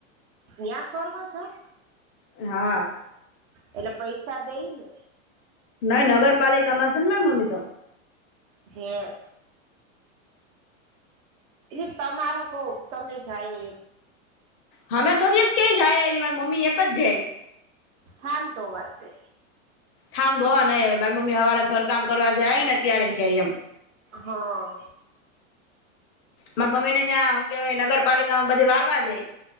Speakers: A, on the right (about 65°); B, on the left (about 35°).
A: ત્યા કરવા જાસ.
B: હા.
A: એટલે પૈસા દઈ ને.
B: નઇ નગરપાલિકામાં સેને મારી મમ્મી તો.
A: હે. એ તમારું કઉ તમે જાય એમ.
B: હમે થોડી એક કય જાય એટલે મારી મમ્મી એક જાય.
A: થાન તો આજે.
B: થાં ધોવા નહીં હવે મારી મમ્મી હવારે ઘર કામ કરવા જાય ને ત્યારે જાય એમ.
A: હા
B: મારા મમ્મી ને તં હું કેવાય નગરપાલિકામાં બધી વારવા જાય.